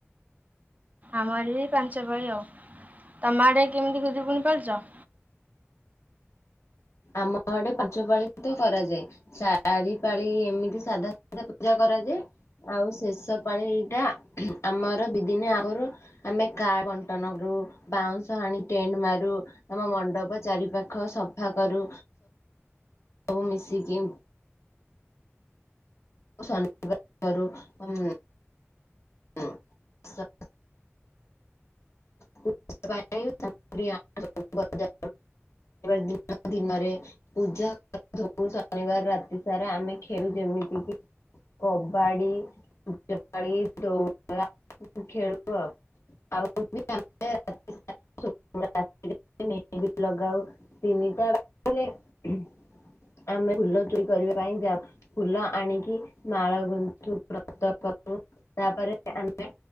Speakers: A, on the right; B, on the left.
A: ଆମର ବି ପାଞ୍ଚ ପାଳି ଆଉ ତମ ଆଡେ କେମିତି ଖୁଦୁରୁକୁଣୀ ପାଳୁଛ?
B: ଆମ ଆଡେ ପାଞ୍ଚ ପାଳି ତ କରାଯାଏ। ଚାରି ପାଳି ଏମିତି ସାଧା ସାଧା ପୂଜା କରାଯାଏ। ଆଉ ଶେଷ ପାଳିଟା ଆମର ଦି ଦିନି ଆଗରୁ ଆମେ କାର୍ଡ ବଣ୍ଟନ କରୁ ବାଉଁଶ ଆଣି ଟେଣ୍ଟ ମାରୁ ଆମ ମଣ୍ଡପ ଚାରି ପାଖ ସଫା କରୁ। ସବୁ ମିଶିକି <inaudible> <inaudible> <inaudible> ଶନିବାର ଦିନ ଦିନରେ ପୂଜା <inaudible> ଶନିବାର ରାତି ସାରା ଆମେ ଖେଳୁ ଯେମିତି କି? କବାଡ଼ି, ଲୁଚକାଳି <inaudible> ଖେଳୁ ଆଉ <inaudible> <inaudible> ଆମେ ଫୁଲ ଚୋରି କରିବା ପାଇଁ ଯାଉ। ଫୁଲ ଆଣିକି ମାଳ ଗୁନ୍ଥୁ ବ୍ରତ କରୁ ତାପରେ ଆମେ